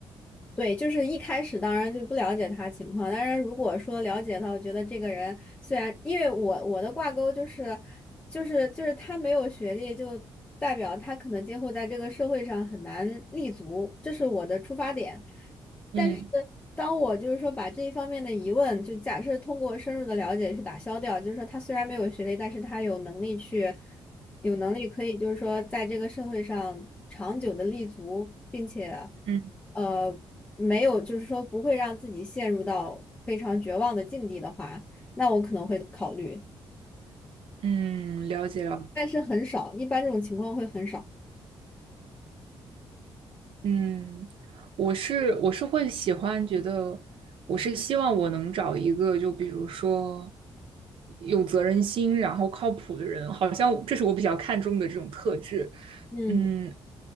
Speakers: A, on the left; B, on the right.
A: 对，就是一开始当然就不了解他情况，当然如果说了解到，我觉得这个人虽然因为我我的挂钩就是，就是就是他没有学历，就代表他可能今后在这个社会上很难立足，这是我的出发点。但是当我就是说把这一方面的疑问，
B: 嗯
A: 就假设通过深入的了解去打消掉，就是说他虽然没有学历，但是他有能力去。有能力可以就是说在这个社会上长久的立足，并且
B: 嗯
A: 呃没有就是说不会让自己陷入到非常绝望的境地的话，那我可能会考虑，
B: 嗯，了解了。
A: 但是很少，一般这种情况会很少。
B: 嗯，我是我是会喜欢，觉得我是希望我能找一个，就比如说有责任心，然后靠谱的人，好像这是我比较看重的这种特质。
A: 嗯
B: 嗯，